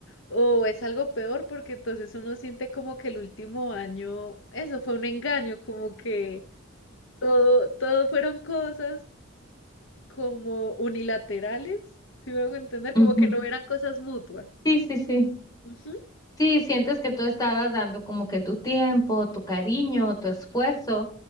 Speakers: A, on the left (about 65°); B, on the left (about 20°).
A: o es algo peor porque entonces uno siente como que el último año, eso fue un engaño, como que todo, todo fueron cosas como unilaterales, si me hago entender, como
B: Ujú.
A: que no eran cosas mutuas.
B: Sí, sí, sí.
A: Ujú.
B: Sí, sientes que tú estabas dando como que tu tiempo, tu cariño, tu esfuerzo,